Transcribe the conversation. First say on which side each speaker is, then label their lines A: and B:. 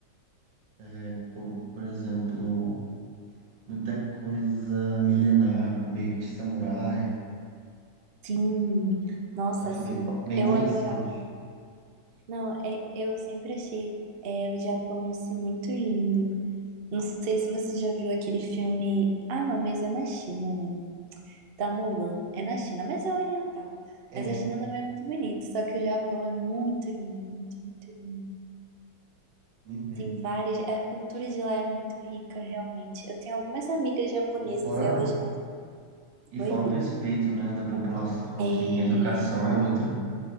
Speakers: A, on the right (about 85°); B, on the right (about 45°).
A: é, po- por, exemplo, muita coisa milenar, meio que de samurai.
B: sim. Nossa,
A: Acho
B: sim.
A: bem, bem
B: Eu
A: interessante.
B: adorava. Não, é- eu sempre achei é, o Japão em si muito lindo. Não sei se você já viu aquele filme. Ah, não, mas é na China, né? Da Mulan. É na China, mas é oriental.
A: É,
B: Mas a China também é muito bonito. Só que o Japão é muito lindo, muito, muito lindo.
A: uhum.
B: Tem várias. A cultura de lá é muito rica, realmente. Eu tenho algumas amigas japonesas
A: E fora,
B: e elas.
A: e fora
B: Oi?
A: o respeito, né, da população,
B: É,
A: assim, a educação é outra.